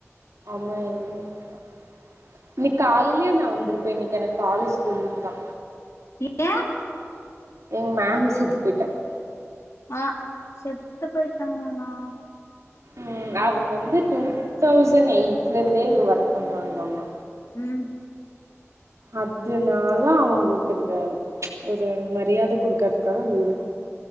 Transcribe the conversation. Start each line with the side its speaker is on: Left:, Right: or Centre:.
Right: ஆமா ஏழு மணிக்குதா இன்னைக் காலையிலயே நா வந்துருப்பே இன்னைக்கு எனக்கு காலேஜ்கு லீவ்வு தா
Left: ஏ
Right: எங்க மேம் செத்து போயிட்டாங்க
Left: ஆ செத்து போயிட்டாங்களா
Right: ம் அவங்க வந்து டூ தௌசண்ட் எயிட்ல இருந்தே இங்க ஒர்க் பண்றாங்களாமா
Left: ம்
Right: அதுனால அவங்களுக்கு இந்த ஒரு மரியாத குடுக்கறதுக்கா லீவ்